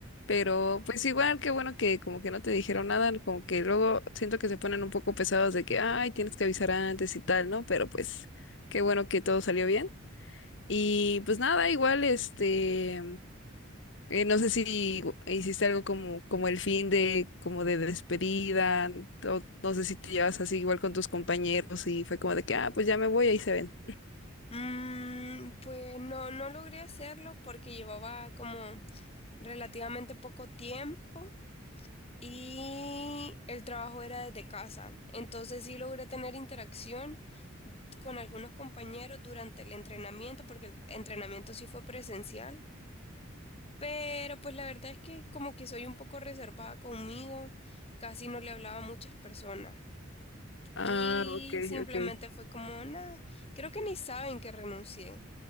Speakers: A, on the left; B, on the left.
A: Pero pues igual, qué bueno que como que no te dijeron nada, como que luego siento que se ponen un poco pesados de que, ay, tienes que avisar antes y tal, ¿no? Pero pues qué bueno que todo salió bien. Y pues nada, igual, este... Eh, no sé si hiciste algo como, como el fin de, como de despedida, o no sé si te llevas así igual con tus compañeros y fue como de que, ah, pues ya me voy, ahí se ven.
B: Mm, pues no, no logré hacerlo porque llevaba como relativamente poco tiempo y el trabajo era desde casa. Entonces sí logré tener interacción con algunos compañeros durante el entrenamiento, porque el entrenamiento sí fue presencial. Pero pues la verdad es que como que soy un poco reservada conmigo, casi no le hablaba a muchas personas.
A: Ah,
B: Y
A: ok,
B: simplemente
A: ok.
B: fue como, nada, creo que ni saben que renuncié,